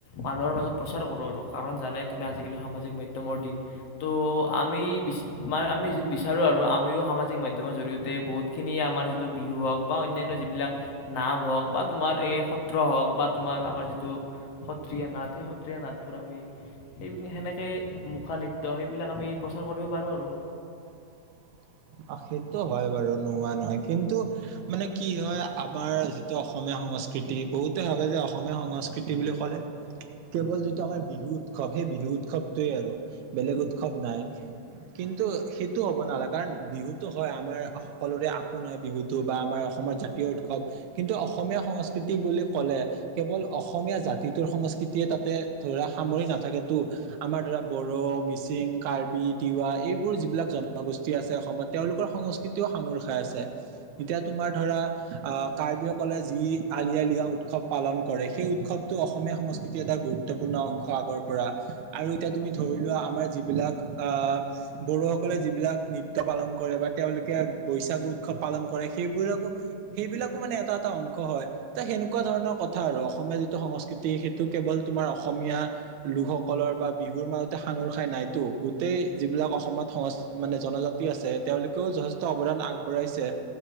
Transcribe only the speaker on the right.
<inaudible> অহ, সেইটো হয় বাৰু নোহোৱা নহয় কিন্তু মানে কি হয় আমাৰ যিটো অসমীয়া সংস্কৃতি বহুতে ভাবে যে অসমীয়া সংস্কৃতি বুলি ক'লে কেৱল যিটো আমাৰ বিহু উৎসৱ সেই বিহু উৎসৱটোৱে আৰু বেলেগ উৎসৱ নাই। কিন কিন্তু সেইটো হ'ব নালাগে কাৰণ বিহুতো হয় আমাৰ সকলোৰে আপোন হয় বিহুতো বা আমাৰ অসমৰ জাতীয় উৎসৱ। কিন্তু অসমীয়া সংস্কৃতি বুলি কলে কেৱল অসমীয়া জাতিটোৰ সংস্কৃতিয়ে তাতে ধৰা সামৰি নাথাকে টো আমাৰ ধৰা বড়ো, মিচিং, কাৰ্বি, তিৱা এইবোৰ যিবিলাক জনগোষ্ঠী আছে অসমত তেওঁলোকৰ সংস্কৃতিও সাঙুৰ খাই আছে। এতিয়া তোমাৰ ধৰা কাৰ্বিসকলে যি আলি আই লৃগাও উৎসৱ পালন কৰে সেই উৎসৱটো অসমীয়া সংস্কৃতিৰ এটা গুৰুত্বপূৰ্ণ অংশ আগৰ পৰা। আৰু এতিয়া তুমি ধৰি লোৱা আমাৰ যিবিলাক আহ বড়োসকলে যিবিলাক নৃত্য পালন কৰে বা তেওঁলোকে বৈছাগু উৎসৱ পালন কৰে সেইবোৰ আকৌ সেইবিলাকো মানে এটা- এটা অংশ হয়। ত' সেনেকুৱা ধৰণৰ কথা আৰু অসমীয়া যিটো সংস্কৃতি সেটো কেৱল তোমাৰ অসমীয়া লোকসকল বা বিহুৰ মাজতে সাঙুৰ খাই নাইতো গোটেই যিবিলাক অসমত সংচ মানে জনজাতি আছে তেওঁলোকেও যথেষ্ট অৱদান আগবঢ়াইছে